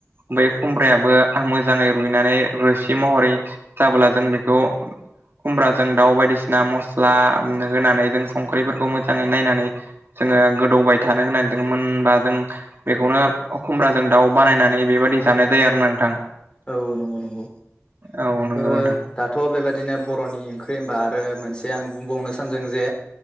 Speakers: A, on the right; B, on the left.
A: बै खुमब्रायाबो मोजाङै रुइनानै रोसि महरै जाबोला जों बेखौ खुमब्राजों दाउ बायदिसिना मस्ला उम होनानै जों संख्रिफोरखौ मोजाङै नायनानै जोङो गोदौबाय थानो होननानै जो मोनबा जों बेखौनो खुमबाजों दाउ बानायनानै बेबाय जानाय जायो आरो नोंथां
B: औ नंगौ नंगौ
A: औ नंगौ
B: ओ
A: नोंथां
B: दाथ' बेबायदि बिदिनो बर'नि ओंख्रि होनबा आरो मोनसे आं बुंबावनो सानदों जे